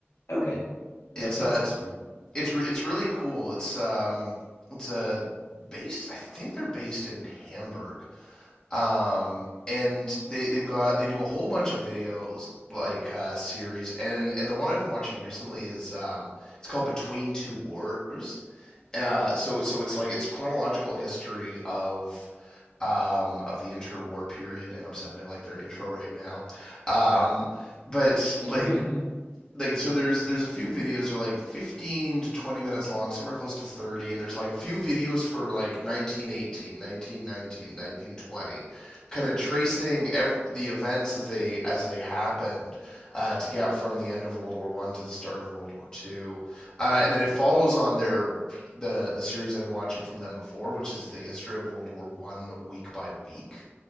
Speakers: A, on the left; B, on the left.
A: Okay,
B: It's
A: that sounds
B: uh, it's
A: fun.
B: it's re- it's really cool. It's um, it's uh, based. I think they're based in Hamburg, um, and they they've got they do a whole bunch of videos like uh, series, and and the one I've been watching recently is um, it's called Between Two Wars. Uh, so so it's like it's chronological history of um, of the interwar period, and I'm sounding like their intro right now. Um, but
A: <laughs>
B: like like so there's there's a few videos that are like 15 to 20 minutes long some are close to 30 and there's like a few videos for like 1918, 1919, 1920, kind of tracing every the events as they as they happened uh, to get from the end of world war one to the start of world war two uh, and then it follows on their the the series i'm watching from them before which is the history of world war one week by week